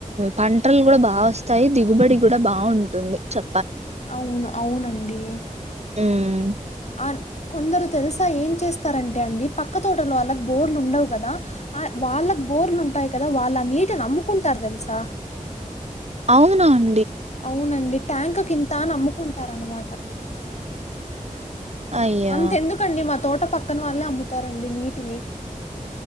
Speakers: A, on the right; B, on the left.
A: పంటలు కూడా బా వస్తాయి దిగుబడి కూడా బాగుంటుంది చె
B: అవును అవునండి
A: ఉమ్
B: ఆ కొందరు తెలుసా ఏం చేస్తారంటే అండి పక్క తోటలో వాళ్ళకు బోర్లు ఉండవు కదా వాళ్ళకు బోర్లు ఉం ఉంటాయి కదా వాళ్ళు ఆ నీటిని అమ్ముకుంటారు తెలుసా
A: అవునాం
B: అవునండి ట్యాంక్ కింత అని అమ్ముకుంటారనమాట
A: అయ్యో
B: అంత ఎందుకండి మ తోట పక్కన వాళ్ళే అమ్ముతారండి నీటిని